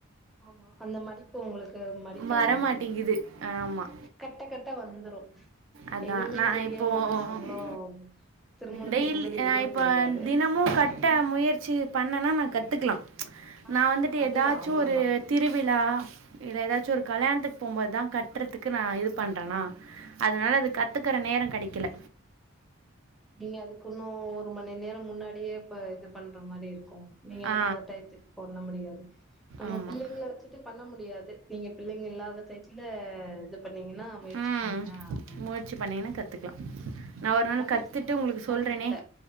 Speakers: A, in the centre; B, on the right.
A: ஆமா அந்த மடிப்பு ஒங்களுக் மடிக்க
B: வரமாட்டேங்குது.
A: வர்றதுல்ல
B: ஆமா.
A: கட்ட கட்ட வந்துரு
B: அதான்
A: எதுமே
B: நான்
A: தெரியாமதா
B: இப்போது
A: நாங்களும் திருமணத்துக்கு
B: டெய்லி
A: முன்னாடி
B: நான்
A: எதுவு
B: இப்போ
A: தெரியாது
B: தினமும் கட்ட முயற்சி பண் என்னா நா கத்துக்லா
A: ஆ
B: நா வந்துட்டு
A: அதுதா
B: எதாச்சு
A: அவ்ளோதா
B: ஒரு திருவிழா இல்ல எதாச்சு கல்யாணத்துக்கு போம்போதுதா கட்றதுக்கு நா இது பண்றனா அதனால அது கத்துக்கற நேர கெடைக்கல
A: நீங்க அதுக்கு இன்னு ஒரு மணி நேரம் முன்னாடியே இப்ப இது பண்ற மாரிருக்கு நீங்க
B: ஆ
A: அந்த டைத்துக்கு போண்ண முடியாது நம்ம
B: ஆமாம்
A: பிள்ளைங்க வச்சுட்டு பண்ண முடியாது நீங்க பிள்ளைங் இல்லாத டைத்ல இது பண்ணீங்கனா முயற்சி
B: ம்
A: பண்ணீங்கனா ஆ
B: முயற்சி பண்ணிங்கன்னா கற்றுக்கலாம் நான் ஒரு நாள்
A: எனக்கு
B: கற்றுட்டு
A: திருமணதுக்கு
B: உங்களுக்கு
A: முன்னாடி
B: சொல்கிறேனே
A: இல்ல